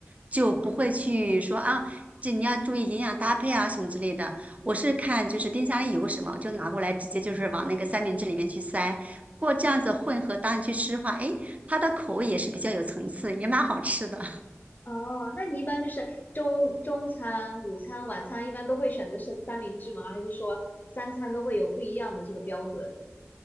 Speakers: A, on the right; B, on the left.
A: 就不会去说啊，这你要注意营养搭配啊什么之类的。我是看就是冰箱里有什么，就拿过来直接就是往那个三明治里面去塞。不过这样子混合搭你去吃的话，诶，它的口味也是比较有层次，也蛮好吃的。
B: 哦，那你一般就是中中餐、午餐、晚餐，一般都会选择是三明治吗？还是说三餐都会有不一样的这个标准？